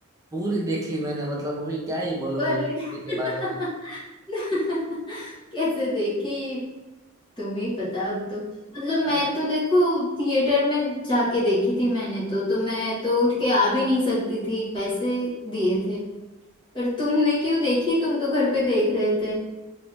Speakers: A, on the right (about 15°); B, on the left (about 20°).
A: पूरी देख ली मैंने मतलब अभी क्या ही बोलो
B: अरे
A: इस movie
B: <laughs>
A: के बारे में
B: कैसे देखी तुम्हें ही पता अब तो मतलब
A: अरे
B: मैं तो देखो थिएटर में जाके देखी थी मैंने तो तो मैं तो उठ के आ भी नहीं सकती थी पैसे दिए थे पर तुमने क्यों देखी तुम तो घर पे देख रहे थे